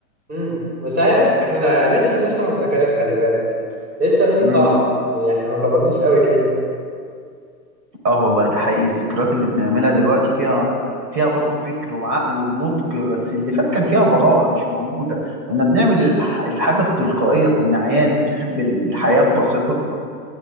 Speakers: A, on the right; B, on the right.
A: امم بس عارف احنا لسه بنصنع ذكريات خلي بالك لسه في
B: مم.
A: طعم يعني احنا ما كبرناش قوي كده
B: اه والله ده حقيقي الذكريات اللي بنعملها دلوقتي فيها فيها برضه فكر وعقل ونضج بس اللي فات كان فيها براءة مش موجودة كنا بنعمل الح- الحاجة بتلقائية كنا عيال بنحب الحياة ببساطتها